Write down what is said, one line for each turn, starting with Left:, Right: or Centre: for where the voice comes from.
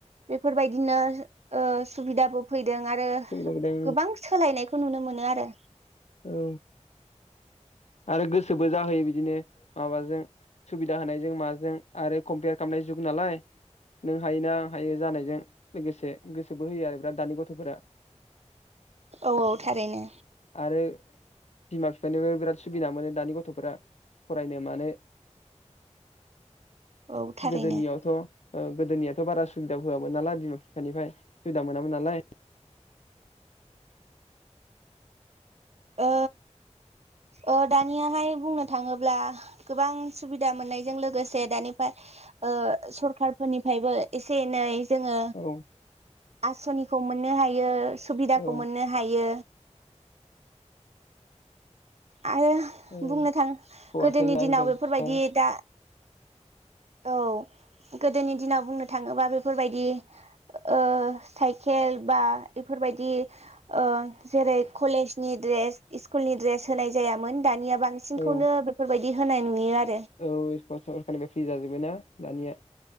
Right: बेफोरबायदिनो ओ सुबिदाबो फै दों आरो
Left: सुबिदा होदों
Right: गोबां सोलायनायख खौ नुनो मोनो आरो
Left: औ आरो गोसोबो जाहोयो बिदिनो माबाजों सुबिदा होनायजों माजों आरो कम्पियार खालामनाय जुग नालाय नों हायोना आं हायो जानायजों लोगोसे गोसोबो होयो आरो बिराद दानि गथ'फोरा।
Right: औ औ थारैनो
Left: आरो बिमा बिफानिबो बिराद सुबिदा मोनो दानि गथ'फोरा फरायनो मानो।
Right: औ थारैनो
Left: गोदोनियावथ ' ओ गोदोनियाथ' बारा सु सुबिदा होआमोन नालाय बिमा बिफानिफाय। सुबिदा मोनामोन नालाय।
Right: ओ ओ दानियाहाय बुंनो थाङोब्ला गोबां सुबिदा मोननायजों लोगोसे दानिफ्राय ओ सरखारफोरनिफ्रायबो एसे एनै जोङो
Left: औ
Right: आस'निखौ मोननो हायो। सुबिदाखौ
Left: औ
Right: मोननो हायो। आरो
Left: औ
Right: बुंनो थाङो
Left: हौवासा
Right: गोदोनि
Left: ना
Right: दिनाव
Left: हिनजावसा
Right: बेफोरबायदि दा औ गोदोनि दिनाव बुंनो थाङोबा बेफोरबायदि ओ साइकेल बा बेफोरबायदि ओ जेरै कलेजनि द्रेस स्कुलनि द्रेस होनाय जायामोन। दानिया बांसिनखौनो
Left: औ
Right: बेफोरबाय बिदि होनाय नुयो आरो
Left: औ <unintelligible> फ्रि जाजोब बोना दानिया।